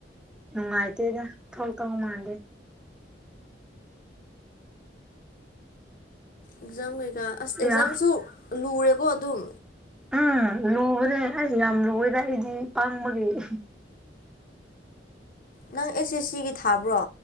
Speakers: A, in the centre; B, on the left.
A: ꯅꯨꯡꯉꯥꯏꯇꯦꯗ ꯊꯣꯛꯇꯧ ꯃꯥꯟꯗꯦ
B: ꯑꯦꯛꯖꯥꯝ ꯀꯩꯀꯥ ꯑꯁ
A: ꯌꯥ
B: ꯑꯦꯛꯖꯥꯝꯁꯨ ꯂꯨꯔꯦꯀꯣ ꯑꯗꯨꯝ
A: ꯎꯝ ꯂꯨꯕꯅꯦ ꯑꯁ ꯌꯥꯝ ꯂꯨꯋꯦꯗ ꯑꯩꯗꯤ ꯄꯪꯕꯒꯤ ꯑꯍꯤ
B: ꯅꯪ ꯑꯦꯁ ꯑꯦꯁ ꯁꯤꯒꯤ ꯊꯥꯕ꯭ꯔꯣ